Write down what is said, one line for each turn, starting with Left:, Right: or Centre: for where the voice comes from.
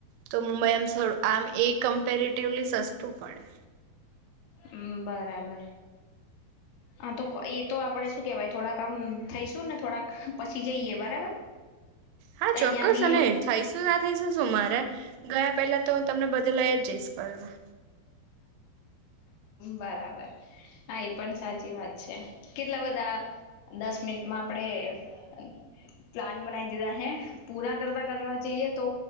Right: તો મુંબઈ એમ સ આમ એ કમ્પેરેટિવલી સસ્ તું પડે.
Left: હમ્મ બરાબર, હા તો એ તો આપણે શું કેવાય થોડાક આમ થઈશું ને થોડાક પછી જઈએ બરાબર.
Right: હા
Left: તો
Right: ચોક્કસ
Left: અહિયાં બી
Right: અને થઈશું ના થઈસુ શું મારે ગયા પેલા તો તમને બધું તો લયજ જઇસ ફરવા.
Left: બરાબર હા એ પણ સાચી વાત છે, કેટલા બધા દસ મિનિટમાં આપડે અ પ્લાન બનાવી દીધા હે પૂરા કરતા કરવા જઈએ તો